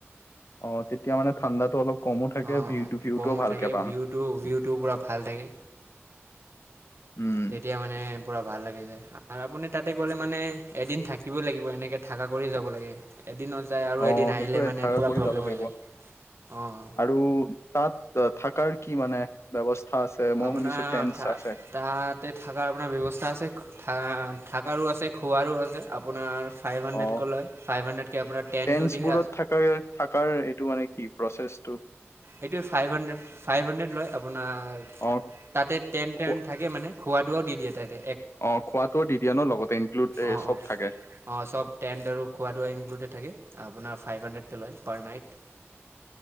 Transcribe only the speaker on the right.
অঁ
অঁ
কমো
থাকে
ভিউটো ভিউটো পুৰা ভাল থাকে।
তেতিয়া মানে পুৰা ভাল লাগি যায়। আৰু আপুনি তাতে গ'লে মানে এদিন থাকিবই লাগিব এনেকে থাককা কৰি যাব লাগে এদিন। যায় আৰু
আহিলে
মানে
পূৰা
প্ৰব্লেম
হৈ যায় অঁ
আপোনাৰ
থ
তাতে থকাৰ আপোনাৰ ব্যৱস্থা আছে। থকাৰো আছে খোৱাৰো আছে আপোনাৰ। ফাইভ হাণ্ড্ৰেডকৈ
লয় ফাইভ হাণ্ড্ৰেডকৈ আপোনাৰ টেণ্টটো
দিয়ে
এইটো ফাইভ হাণ্ড্ৰেড ফাইভ হাণ্ড্ৰেড লয় আপোনাৰ।
তাতে টেণ্ট
টেণ্ থাকোনে খোৱাাদোৱা দি। দিয়ে তাতে
অ
অ
অ চব টেন্ট আৰু খোৱাৱা ইনক্ডেড থাকে। আপোনাৰ ফাইভ হাণ্ড্ৰেডকৈ লয় পাৰ নাইট।